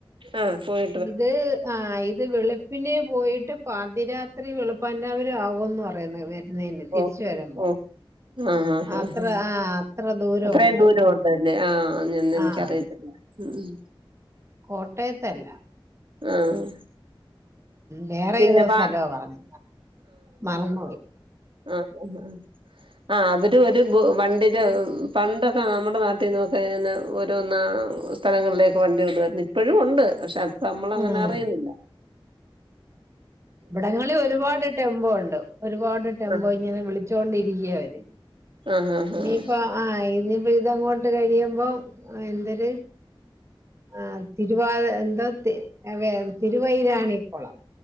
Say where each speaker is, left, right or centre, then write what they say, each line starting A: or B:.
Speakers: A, on the right; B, on the right.
A: ആഹ് പോയി
B: ഇത് ആഹ് ഇത് വെളു പ്പിനെപോയിട്ട് പാതിരാത്രി വെളുപ്പാൻ രാവിലും ആകുമന്ന് പറയുന്നേ വെ ന്നേന് തിരിച്ചു
A: ഓഹ്
B: വരുമ്പോ.
A: ഓഹ് ആഹ് ആഹ്
B: അത്ര
A: ഹാ
B: ആഹ് അത്ര ദൂരം
A: അത്രയും
B: ഉണ്ട്
A: ദൂരം ഉണ്ടല്ലേ ആഹ് ഞന്ന എനിക്കറിയത്തില്ല.
B: ആഹ്
A: ഉം ഉം.
B: കോട്ടയത്തല്ല.
A: ആഹ്.
B: വേറെ
A: പിന്നെ
B: ഏതോ
A: വ
B: സ്ഥലവ പറഞ്ഞേ മറന്ന് പോയി.
A: അഹ് ആഹാ അവര് ഒരു ബു വണ്ടിടേ പണ്ടൊക്കെ നമ്മുടെ നാട്ടിന്നൊക്കെയിങ്ങനെ റ്റന്ന സ്ഥലങ്ങളിലേക്ക് വണ്ടി വിടുമായിരുന്നു ഇപ്പോഴും ഒണ്ട്ക്ഷെ ത് നമ്മള അങ്ങനെ
B: ഉം
A: അറിയുന്നില്ലാ.
B: ഇവിടങ്ങളിൽ ഒരുപാട് ടെമ്പോ ഒണ്ട്. ഒരുപാട് ടെമ്പോ
A: ആഹ്
B: ഇങ്ങനെ വിളിച്ചോണ്ടിരിക്ക അവര്
A: ആഹ് ആഹ്
B: ഇനിയിപ്പ
A: ആഹ്
B: ആഹ് ഇനിപ്പോ ഇതങ്ങോട്ട് കഴിയുമ്പോ എന്തര്? ആഹ് തിരുവാ എന്തോ വെ തിരുവൈരാണിക്കൊളം.